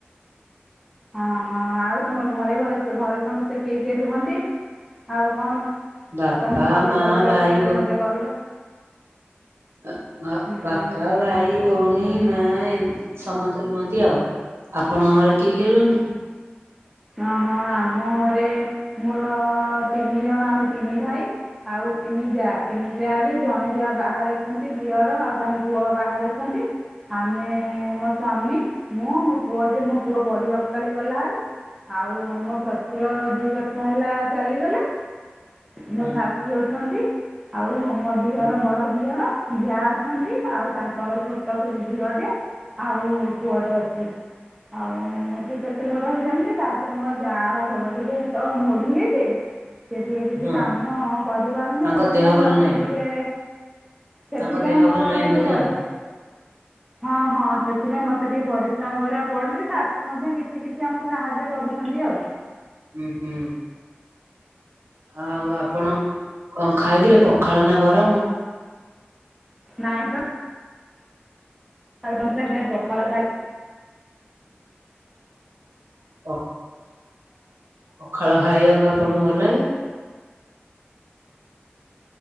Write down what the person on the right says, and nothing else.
ବାପା
ମା
ଭାଇ
ଓ ଆ
ବାପା
ଭାଇ ଭଉଣୀ ମା ଏମୀତି ସମସ୍ତେ ରୁହନ୍ତି ଆଉ ଆପଣ ଘରେ କିଏ କିଏ ରୁହନ୍ତି?
ହଁ
ହୁଁ
ହଁ
ତାଙ୍କ
ଦେହ ଭଲ
ନାହିଁ
ତାଙ୍କ ଦେହ
ଭଲ ନାହିଁ
ବୋଧେ
ଆଉ। <inaudible>
ହୁଁ ହୁଁ ହ ଆଉ ଆପଣ କଣ ଖାଇଥିଲେ ପଖାଳନା ଗରମ
ଅ ପଖାଳ ଖାଇବାକୁ ଆପଣଙ୍କୁ ଭଲ ଲାଗେ?